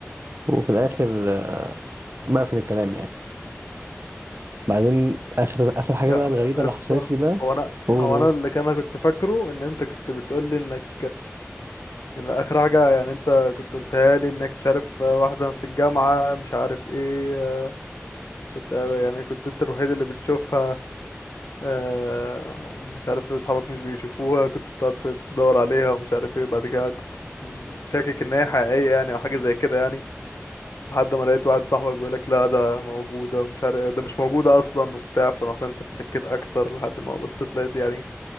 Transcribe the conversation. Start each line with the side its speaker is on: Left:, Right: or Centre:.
Right: وفي الاخر آه، بقفل الكلام يعني بعدين اخر اخر حاجه
Left: يا
Right: بقى الغريبه
Left: يا يا
Right: اللي
Left: اسطى
Right: حصلت لي بقى
Left: هو انا
Right: قول
Left: هو
Right: قول
Left: انا اللي كان- انا كنت فاكره ان انت كنت بتقول لي انك ان اخر حاجه يعني انت كنت قلتها لي انك مش عارف واحده في الجامعه مش عارف ايه آه، انت يعني كنت انت الوحيد اللي بتشوفها آه ومش عارف إيه، اصحابك مش بيشوفوها كنت بتقعد تدور عليها ومش عارف ايه بعد كده كنت شاكك ان هي حقيقية يعني او حاجة زي كده يعني لحد ما لقيت واحد صاحبك بيقولك لا ده موجودة ومش عارف إيه، ده مش موجودة اصلا وبتاع فرحت انت شكيت اكتر لحد ما بصيت لقيت يعني